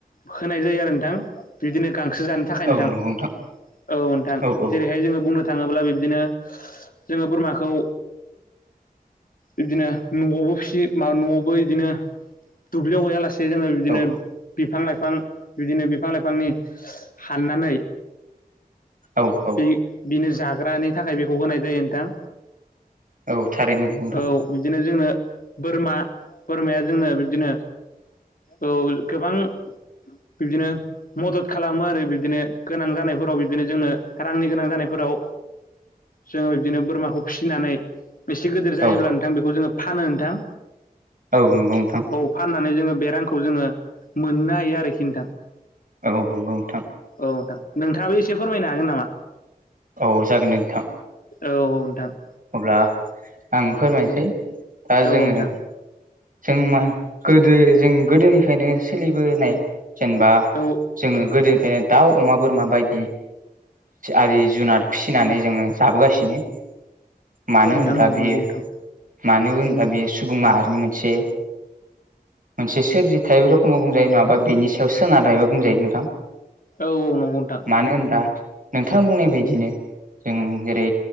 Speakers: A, on the left (about 65°); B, on the right (about 60°).
A: होनाय जायो आरो नोंथां बिदिनो गांसो जानो थाखाय
B: औ
A: नोंथां औ
B: नंगौ
A: नोंथां
B: औ औ
A: जेरैहाय जोङो बुंनो थाङोब्ला बिब्दिनो जोङो बोरमाखौ बिदिनो नवावबो फिसि माबा नवावबो इदिनो दुब्लियाव हैयालासे सिनो बिदिनो
B: औ
A: <inaudible> बिफां लाइफां बिदिनो बिफां लाइफांनि हाननानै
B: औ औ
A: बे बिनो जाग्रानि थाखाय बेखौ होनाय जायो नोंथां।
B: औ थारैनो नंगौ नोंथां
A: औ बिदिनो जोंनो बोरमा बोरमाया जोंनो बिबदिनो औ गोबां बिबदिनो मदद खालामो आरो बिबदिनो गोनां जानायफोराव बिबदिनो जोंनो रांनि गोनां जानायफोराव जोङो <unintelligible> बिदिनो बोरमाखौ फिसिनानै एसे गिदिर जायोब्ला
B: औ
A: नोंथां बेखौ जोङो फानो नोंथां।
B: औ नंगौ नोंथां
A: औ फाननानै जोङो बे रांखौ जोङो मोननो हायो आरोखि नोंथां
B: औ नंगौ नोंथां
A: औ नोंथां। नोंथाङाबो एसे फोरमायनो हागोन नामा?
B: औ जागोन दे नोंथां।
A: औ औ नोंथां।
B: अब्ला आं फोरमायनोसै दा जोङो
A: औ नोंथां
B: जों मा गोदो जों गोदोनिफ्रायनो सोलिबोनाय जेनेबा
A: औ औ
B: जोङो गोदो गोदोनिफ्रायनो दाउ, अमा, बोरमा बायदि आरि जुनाद फिसिनानै जोंङो जाबोगासिनो। मानो होनब्ला
A: नोंथां औ
B: बेयो
A: नंगौ नोंथां
B: मानो होनब्ला बेयो सुबुं माहारिनि मोनसे मोनसे सोरजिथाइ रोखोमबो बुंजायो नंङाबा बेनि सायाव सोनारनायबो बुंजायो नोंथां।
A: औ औ नंगौ नोंथां
B: मानो होनबा नोंथां बुंनाय बायदिनो जों जेरै